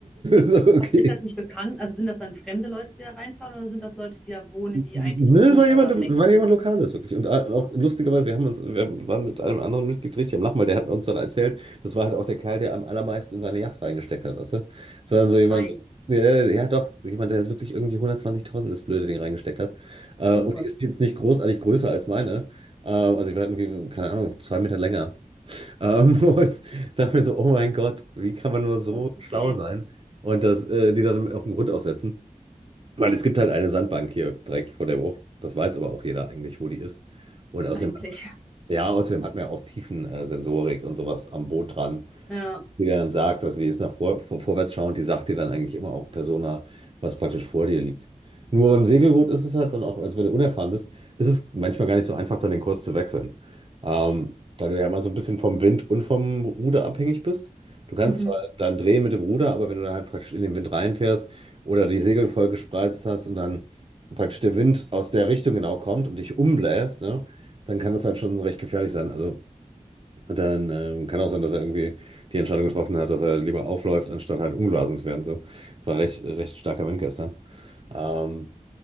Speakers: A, on the right; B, in the centre.
A: So, okay.
B: Ist das nicht bekannt? Also sind das dann fremde Leute, die da reinfahren, oder sind das Leute, die da wohnen, die
A: Ne,
B: eigentlich wissen, dass
A: war
B: da
A: jemand,
B: Sandbänke
A: war jemand Lokales, wirklich. Und a- auch lustigerweise,
B: sind?
A: wir haben uns, wir waren mit einem anderen Mitglied richtig am Lachen, weil der hat uns dann erzählt, das war halt auch der Kerl, der am allermeisten in seine Yacht reingesteckt hat, weißt du? Das war dann so jemand,
B: Ei,
A: ja, ja doch, so jemand, der jetzt wirklich irgendwie 120.000 das blöde Ding reingesteckt hat. Äh,
B: oh
A: und
B: Gott,
A: die ist jetzt nicht großartig größer als meine. Äh, also ich war irgendwie, keine Ahnung, zwei Meter länger. Ähm, <laughs> und dachte mir so, oh mein Gott, wie kann man nur so
B: das tut
A: schlau
B: weh,
A: sein und das, äh, die dann auf den Grund aufsetzen? Weil es gibt halt eine Sandbank hier direkt vor der Bucht. Das weiß aber auch jeder eigentlich, wo die ist. Und außerdem,
B: eigentlich.
A: ja, außerdem hat man ja auch Tiefensensorik und sowas am Boot dran
B: Ja,
A: die dann sagt, was die ist nach vor, vor, vorwärts schauend, die sagt dir dann eigentlich immer auch Persona, was praktisch vor dir liegt. Nur beim Segelboot ist es halt dann auch, also wenn du unerfahren bist, ist es manchmal gar nicht so einfach, dann den Kurs zu wechseln. Ähm, weil du ja immer so ein bisschen vom Wind und vom Ruder abhängig bist. Du kannst
B: mhm.
A: zwar dann drehen mit dem Ruder, aber wenn du dann halt praktisch in den Wind reinfährst oder die Segel voll gespreizt hast und dann praktisch der Wind aus der Richtung genau kommt und dich umbläst, ne, dann kann das halt schon recht gefährlich sein. Also und dann ähm, kann auch sein, dass er irgendwie die Entscheidung getroffen hat, dass er lieber aufläuft, anstatt halt umgeblasen zu werden. So. Es war recht, recht starker Wind gestern. Ähm,